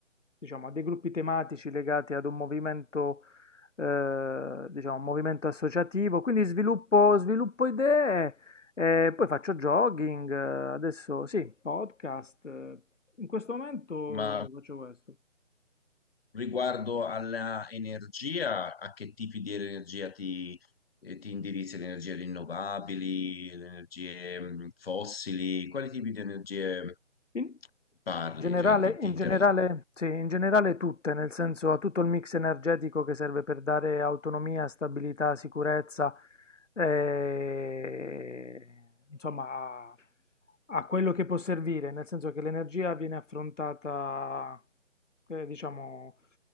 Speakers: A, on the left; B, on the left.
A: diciamo, a dei gruppi tematici legati ad un movimento, eh, diciamo, un movimento associativo, quindi sviluppo, sviluppo idee e poi faccio jogging, eh, adesso sì, podcast. eh, in questo momento
B: Ma
A: faccio questo.
B: Riguardo alla energia, a che tipi di energia ti, eh, ti indirizzi? Le energie rinnovabili, le energie mh, fossili? Quali tipi di energie
A: In-
B: parli?
A: In generale,
B: Cioè, ti, ti
A: in
B: interessa?
A: generale, sì, in generale tutte, nel senso a tutto il mix energetico che serve per dare autonomia, stabilità, sicurezza, eh, insomma, a, a quello che può servire, nel senso che l'energia viene affrontata, eh, diciamo,